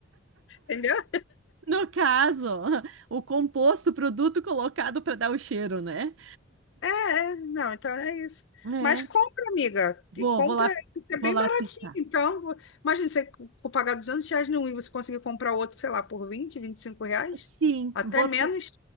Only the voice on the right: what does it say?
No caso, o composto, o produto colocado para dar o cheiro, né?
É.
Vou,
vou lá,
vou lá
testar.
Sim,
vou,
te-